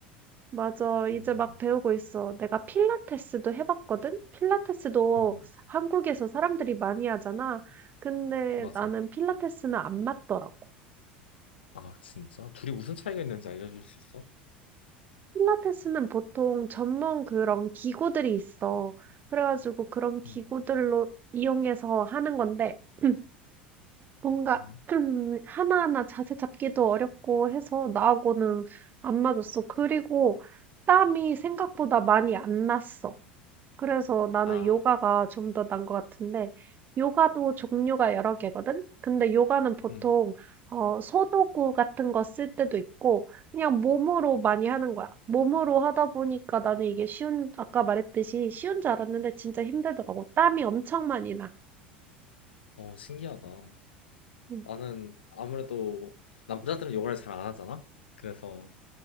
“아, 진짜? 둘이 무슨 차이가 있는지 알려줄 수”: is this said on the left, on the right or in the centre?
Left